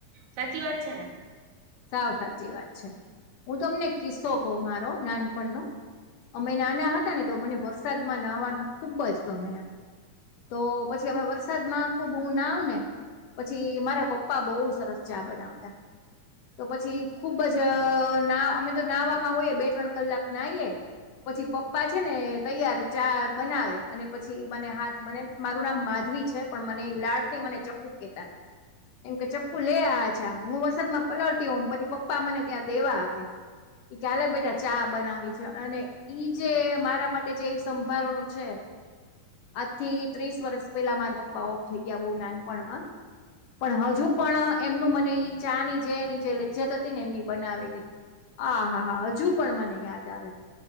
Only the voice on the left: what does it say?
સાવ સાચી વાત છે. હું તમને કિસ્સો કહું મારો નાનપણનો અમે નાના હતા ને તો મને વરસાદમાં નાવાનું ખુબ જ ગમે એમ. તો પછી અમે વરસાદમાં ખુબ હું નાવ ને પછી મારા પપ્પા બહુ સરસ ચા બનાવતા. તો પછી ખુબ અજ ના અમે તો નાવામાં હોઈએ બે ત્રણ કલાક નાઈએ પછી પપ્પા છે ને તૈયાર ચા બનાવે અને પછી મને હાથ મને મારું નામ માધવી છે પણ મને એ લાડથી મને ચક્કુ કેતા. એમ કે ચક્કુ લે આ ચા, હું વરસાદમાં પલળતી હોઉ પછી પપ્પા મને ત્યાં દેવા આવે. ઇ કે આલે બેટા ચા બનાવી છે અને ઈ જે મારા માટે એ સંભારણું છે આજ થી ત્રીસ વર્ષ પેલા મારા પપ્પા ઓફ થઈ ગયા બહુ નાનપણમાં. પણ હજુ પણ અહ એમનું મને ઈ ચાની જે એની જે લજ્જત હતી ને એમની બનાવેલી આ હા હા હજુ પણ મને યાદ આવે.